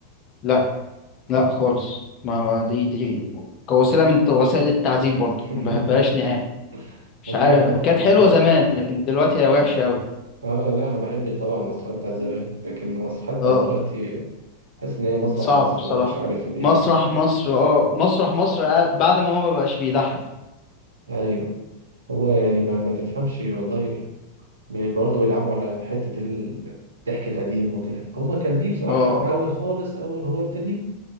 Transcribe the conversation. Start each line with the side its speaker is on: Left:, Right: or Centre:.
Left: لا لا خالص ما ما- دي دي كوسيلة من وسائل التعذيب برضه
Right: <laughs>
Left: ما بحبهاش نهائي مش
Right: والله
Left: عارف كانت حلوة
Right: هم
Left: زمان لكن دلوقتي هي وحشة أوي
Right: اه لا انا بحب طبعا المسرحيات بتاعت زمان لكن المسرحيات بتاعت
Left: اه
Right: دلوقتي حاسس ان هي مسرح
Left: صعبة
Right: مصر
Left: بصراحة
Right: ومش عارف ايه
Left: مسرح
Right: ف...
Left: مصر اه مسرح مصر آه، بعد ما هو ما بقاش بيضحك
Right: ايوه هو يعني ما, ما تفهمش والله بي- برضه بيلعبوا على حته ال- الضحك القديم وكده هما كان ليه بصراحه
Left: اه
Right: في الاول خالص اول ما هو ابتدي